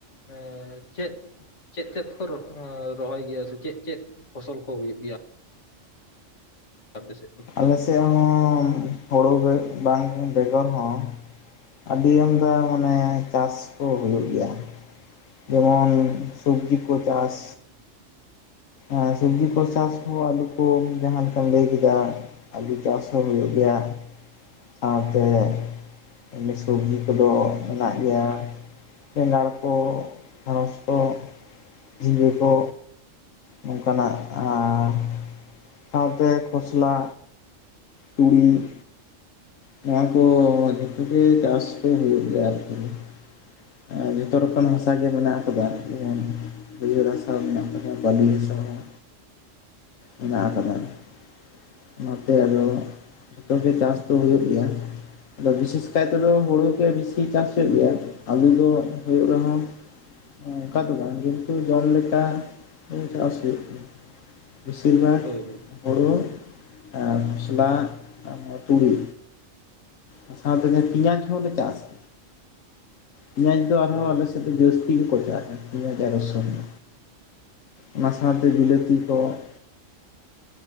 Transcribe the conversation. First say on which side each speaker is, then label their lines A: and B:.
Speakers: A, on the left (about 65°); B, on the left (about 80°).
A: ᱮ ᱪᱮᱫ ᱪᱮᱫ ᱪᱮᱫ ᱠᱚ ᱨᱚ ᱨᱚᱦᱚᱭ ᱜᱮᱭᱟ ᱥᱮ ᱪᱮᱫ ᱪᱮᱫ ᱯᱷᱚᱥᱚᱞ ᱠᱚ ᱦᱩᱭᱩᱜ ᱜᱮᱭᱟ ᱟᱯᱮ ᱥᱮᱫ ᱫᱚ?
B: ᱟᱞᱮ ᱥᱮᱫ ᱦᱚᱸ ᱦᱳᱲᱳ ᱵᱮᱜ ᱵᱟᱝ ᱵᱮᱜᱚᱨ ᱦᱚᱸ ᱟᱹᱰᱤ ᱟᱢᱫᱟ ᱢᱟᱱᱮ ᱪᱟᱥ ᱠᱚ ᱦᱩᱭᱩᱜ ᱜᱮᱭᱟ᱾ ᱡᱮᱢᱚᱱ ᱥᱚᱵᱽᱡᱤ ᱠᱚ ᱪᱟᱥ᱾ ᱟᱨ ᱥᱚᱵᱽᱡᱤ ᱠᱚ ᱪᱟᱥ ᱦᱚᱸ ᱟᱞᱩ ᱠᱚ ᱡᱟᱦᱟᱸ ᱞᱮᱠᱟᱢ ᱞᱟᱹᱭ ᱠᱮᱫᱟ᱾ ᱟᱹᱞᱩ ᱪᱟᱥ ᱦᱚᱸ ᱦᱩᱭᱩᱜ ᱜᱮᱭᱟ, ᱥᱟᱶᱛᱮ ᱮᱢᱱᱤ ᱥᱚᱵᱽᱡᱤ ᱠᱚᱫᱚ ᱢᱮᱱᱟᱜ ᱜᱮᱭᱟ᱾ ᱵᱮᱸᱜᱟᱲ ᱠᱚ, ᱰᱷᱮᱲᱚᱥ ᱠᱚ, ᱡᱷᱤᱝᱜᱟᱹ ᱠᱚ, ᱱᱚᱝᱠᱟᱱᱟᱜ ᱟᱨ ᱥᱟᱶᱛᱮ ᱠᱷᱚᱥᱞᱟ, ᱛᱩᱲᱤ ᱱᱚᱣᱟ ᱠᱚ ᱡᱷᱚᱛᱚᱜᱮ ᱪᱟᱥ ᱠᱚ ᱦᱩᱭᱩᱜ ᱜᱮᱭᱟ ᱟᱨᱠᱤ ᱾ ᱟᱨ ᱡᱚᱛᱚ ᱨᱚᱠᱚᱢ ᱦᱟᱥᱟ ᱜᱮ ᱢᱮᱱᱟᱜ ᱟᱠᱟᱫᱟ, ᱡᱮᱢᱚᱱ ᱵᱟᱹᱭᱦᱟᱹᱲ ᱦᱟᱥᱟ ᱦᱚᱸ ᱢᱮᱱᱟᱜ ᱠᱟᱫᱟ, ᱵᱟᱹᱞᱤ ᱦᱟᱥᱟ ᱦᱚᱸ ᱢᱮᱱᱟᱜ ᱟᱠᱟᱫᱟ ᱾ ᱚᱱᱟᱛᱮ ᱟᱫᱚ ᱡᱚᱛᱚᱜᱮ ᱪᱟᱥ ᱫᱚ ᱦᱩᱭᱩᱜ ᱜᱮᱭᱟ ᱾ ᱟᱫᱚ ᱵᱤᱥᱮᱥ ᱠᱟᱭᱛᱮᱫᱚ ᱦᱩᱲᱩ ᱜᱮ ᱵᱮᱥᱤ ᱪᱟᱥ ᱦᱩᱭᱩᱜ ᱜᱮᱭᱟ, ᱟᱞᱩ ᱫᱚ ᱦᱩᱭᱩᱜ ᱨᱮᱦᱚᱸ ᱚᱱᱠᱟ ᱫᱚ ᱵᱟᱝ ᱠᱤᱱᱛᱩ ᱡᱚᱢ ᱞᱮᱠᱟ ᱪᱟᱥ ᱦᱩᱭᱩᱜ ᱜᱮᱭᱟ ᱾ ᱵᱤᱥᱤᱨ ᱵᱷᱟᱜ
A: ᱦᱳᱭ ᱦᱳᱭ
B: ᱦᱩᱲᱩ ᱟᱨ ᱢᱚᱥᱞᱟ ᱟᱨ ᱱᱚᱣᱟ ᱛᱩᱲᱤ ᱟ ᱥᱟᱶᱛᱮ ᱡᱟᱸᱦᱟ ᱯᱤᱭᱟᱡᱽ ᱦᱚᱞᱮ ᱪᱟᱥ ᱾ ᱯᱮᱸᱭᱟᱡᱽ ᱫᱚ ᱟᱨᱦᱚᱸ
A: ᱦᱳᱭ
B: ᱟᱞᱮᱥᱮᱫ
A: ᱦᱳᱭ
B: ᱫᱚ ᱡᱟᱹᱥᱛᱤ ᱜᱮ ᱠᱚ ᱪᱟᱥ ᱟ ᱯᱮᱸᱭᱟᱡᱽ ᱟᱨ ᱨᱚᱥᱩᱱ ᱾ ᱚᱱᱟ ᱥᱟᱶᱛᱮ ᱵᱤᱞᱟᱹᱛᱤ ᱠᱚ ᱾